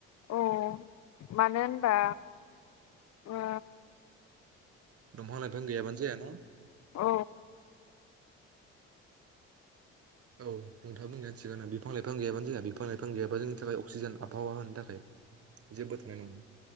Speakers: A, on the left; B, on the right.
A: औ मानो होनबा ओम
B: दंफां लाइफां गैयाबानो जाया न
A: औ
B: औ नोंथाङा बुंनाया थिगानो बिफां लाइफां गैयाबानो जाहा बिफां बिफां लाइफां गैयाबा जोंनि थाखाय अक्सिजेन आबहावा होनो थाखाय जेबो थानाय नङा